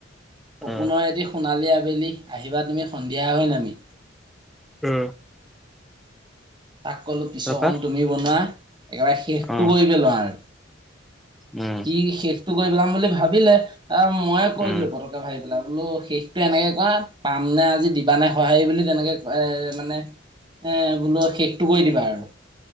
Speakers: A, on the right (about 25°); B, in the centre.
A: সপোনৰ
B: অ
A: এটি সোণালী আবেলি আহিবা তুমি সন্ধিয়া হৈ নামি।
B: উম।
A: তাক ক'লো পিছৰকন
B: তাৰপা
A: তুমি বনোৱা, একেবাৰে শেষটো
B: অ
A: কৰি পেলোৱা আৰু।
B: উম
A: সি শেষটো কৰি পেলাম বুলি ভাবিলে আহ, মই কৈ
B: উম
A: দিলোঁ পটক ভাবি পেলা বোলো শেষটো এনেকে কৰা পাম নে আজি দিবা নে সঁহাৰি বুলি তেনেকে এ মানে
B: <inaudible>
A: এ, বোলো শেষটো কৰি দিবা আৰু।